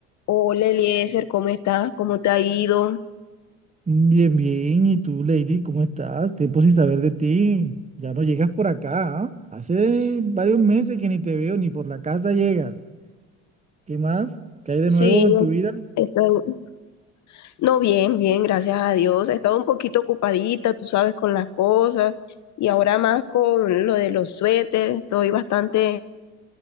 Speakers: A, on the left (about 55°); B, on the right (about 20°).
A: Hola Eliezer, ¿cómo estás? ¿Cómo te ha ido?
B: Bien, bien. ¿Y tú, Lady, cómo estás? Tiempo sin saber de ti. Ya no llegas por acá, ¿ah? Hace varios meses que ni te veo, ni por la casa llegas. ¿Qué más? ¿Qué hay de
A: Sí,
B: nuevo en tu vida?
A: estoy... No, bien, bien, gracias a Dios. He estado un poquito ocupadita, tú sabes, con las cosas y ahora más con lo de los suéteres. Estoy bastante